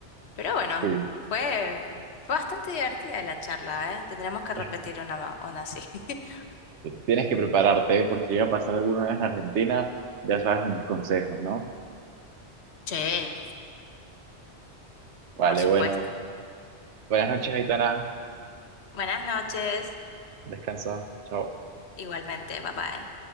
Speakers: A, on the left; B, on the right.
A: Pero bueno,
B: Sí,
A: fue, fue bastante divertida la charla, ¿eh? Tendremos que repetir
B: <laughs>
A: una, ma- una así. <laughs>
B: tienes que prepararte, ¿eh? Porque llega a pasar alguna vez en Argentina, ya sabes de mis consejos, ¿no?
A: Che,
B: Vale,
A: por supuesto.
B: bueno, buenas noches, Aitana,
A: Buenas noches.
B: descansa, chao.
A: Igualmente, bye bye.